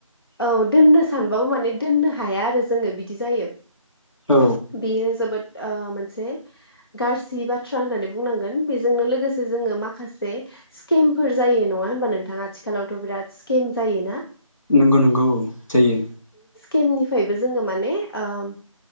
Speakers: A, on the left; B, on the left.
A: औ दोननो सानबाबो माने दोननो हाया आरो जोङो बिदि जायो।
B: औ।
A: बेयो जोबोद ओ मोनसे गाज्रि बाथ्रा होननानै बुंनांगोन बेजोंनो लोगोसे जोङ माखासे स्केमफोर जायो नङा हबा नोंथाङा आथिखालावथ बिराद स्केम जायोना।
B: नंगौ नंगौ जायो।
A: केमनिफ्रायबो जोङो माने ओम